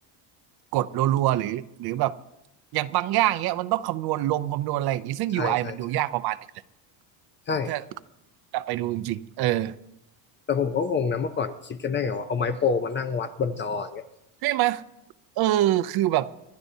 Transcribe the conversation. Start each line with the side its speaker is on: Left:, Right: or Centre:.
Right: กดรัวๆหรือหรือแบบอย่างบางอย่างเงี้ยมันต้องคำนวณลมคำนวณอะไรอย่างงี้ซึ่ง
Left: ใช่ใช่ใช่
Right: UI มันดูยากประมาณหนึ่งเลย
Left: ใช่
Right: ถ้ากลับไปดูจริงๆเออ
Left: แต่ผมก็งงนะเมื่อก่อนคิดกันได้ไงว่าเอาไม้โปรมานั่งวัดบนจออย่างเงี้ย
Right: ใช่ไหมยเออคือแบบ